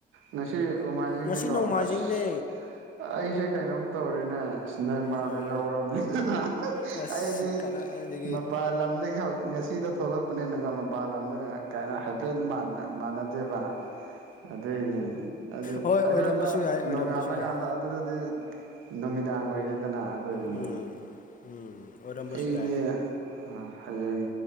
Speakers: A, on the right; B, on the left.
A: ꯉꯁꯤ ꯅꯣꯢꯃꯥꯢꯆꯤꯡꯅꯤꯀꯣ
B: ꯉꯁꯤ ꯅꯣꯡꯃꯥꯏꯖꯤꯡꯅꯦ
A: ꯑꯁ ꯑꯩꯁꯦ ꯀꯩꯅꯣꯝ ꯇꯧꯔꯦꯅꯦ ꯏꯁ ꯅꯦꯃꯥꯔꯒ
B: ꯎꯝ
A: ꯌꯧꯔꯕꯅꯤꯅ
B: ꯑꯁ
A: ꯑꯩꯗꯤ
B: ꯀꯗꯥꯏꯗꯒꯤ
A: ꯃꯄꯥꯟ ꯂꯝꯗꯒꯤ ꯍꯧꯖꯤꯛ ꯉꯁꯤꯗꯣ ꯊꯣꯛꯂꯛꯄꯅꯦꯅꯒꯣ ꯃꯄꯥꯟ ꯂꯝꯗꯒ ꯀꯥꯏꯅꯣ ꯍꯥꯏꯐꯦꯠ ꯃꯥꯟꯅꯗꯦꯕ ꯑꯗꯨꯏꯅꯦ ꯑꯗꯨ
B: ꯍꯣꯏ
A: ꯑꯩꯈꯣꯏꯗꯣ
B: ꯑꯣꯏꯔꯝꯕꯁꯨ ꯌꯥꯏ ꯑꯣꯏꯔꯝꯕꯁꯨ
A: ꯅꯣꯡꯉꯥꯜꯂꯀꯥꯟꯗ
B: ꯌꯥꯏ
A: ꯑꯗꯨꯗꯗꯤ ꯅꯨꯃꯤꯗꯥꯡ ꯑꯣꯏꯔꯦꯗꯅ ꯑꯗꯨꯗꯨꯅ
B: ꯎꯝ ꯎꯝ ꯑꯣꯏꯔꯝꯕꯁꯨ
A: ꯑꯩꯗꯤ
B: ꯌꯥꯏ
A: ꯍꯌꯦꯡ